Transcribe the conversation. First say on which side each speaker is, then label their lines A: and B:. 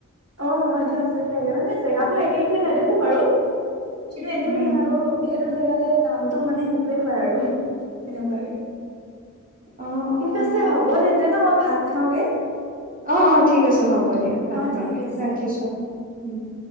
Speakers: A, on the right; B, on the right.
A: অ' সেইটো আচৰিত লাগে, মানে জেগাবোৰ একে একে নেদেখো বাৰু। কিন্তু এনে
B: উম
A: মানে আৰু সেই টো জেগালে নামটো মানে সেইটোৱে হয় আৰু তেনেকুৱাকে।
B: অ অ
A: ঠিক আছে হ'ব তেন্ <unintelligible> মই ভাত খাওঁগে।
B: অ' অ' ঠিক আছে হ'ব। দিয়া ভাত
A: অ
B: খোৱগে,
A: ঠিক আছে
B: ৰাখিছো। <unintelligible>